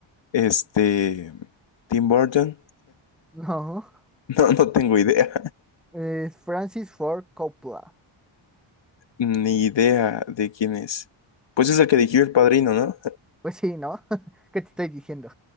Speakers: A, on the left; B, in the centre.
A: este, Tim Burton,
B: no.
A: <laughs> no, no tengo idea.
B: Es Francis Ford Coppola.
A: Ni idea de quién es. Pues es el que dirigió El Padrino, ¿no?
B: Pues sí, ¿no? <laughs> ¿Qué te estoy diciendo?